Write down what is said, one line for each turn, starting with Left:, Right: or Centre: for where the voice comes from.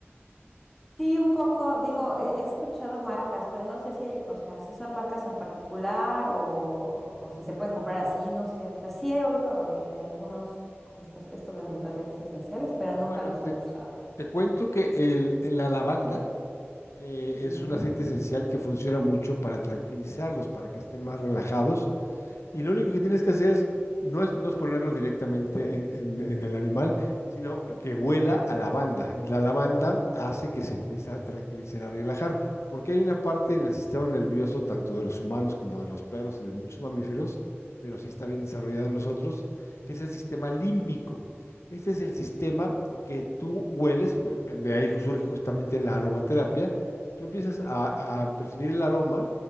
Centre: Sí, un poco, digo, he, he escuchado marcas, pero no sé si hay, o sea, si son marcas en particular o, o si se pueden comprar así, no sé, o sea, sí he oído de, de algunos, estos, esto de los aceites esenciales, pero
Left: Bueno,
Centre: nunca los
Left: te,
Centre: he usado.
Left: te cuento que el, la lavanda, eh,
Centre: Mm,
Left: es un aceite esencial que funciona mucho para tranquilizarlos, para que estén más relajados y
Centre: lavanda,
Left: lo único que tienes que hacer es no es, no es ponerlo directamente en, en- en el animal, sino que huela a lavanda. La lavanda hace que se empiece a tranquilizar, a relajar, porque hay una parte en el sistema nervioso, tanto de los humanos como de los perros y de muchos mamíferos, pero sí está bien desarrollado en nosotros, que es el sistema límbico. Este es el sistema que tú hueles, fue- de ahí surge justamente la aromaterapia. Tú empiezas
Centre: mm,
Left: a, a percibir el aroma